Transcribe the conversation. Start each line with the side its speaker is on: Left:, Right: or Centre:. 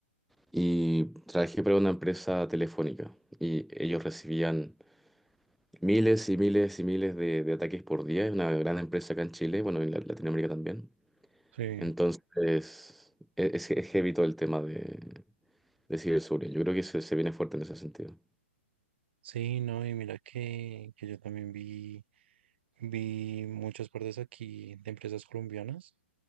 Centre: y trabajé para una empresa telefónica y ellos recibían Miles y miles y miles de, de ataques por día. Es una gran empresa acá en Chile, bueno, en la- Latinoamérica también.
Right: Sí.
Centre: Entonces, es, es heavy todo el tema de, de ciberseguridad. Yo creo que se, se viene fuerte en ese sentido.
Right: Sí, no, y mira que, que yo también vi, vi muchas partes aquí de empresas colombianas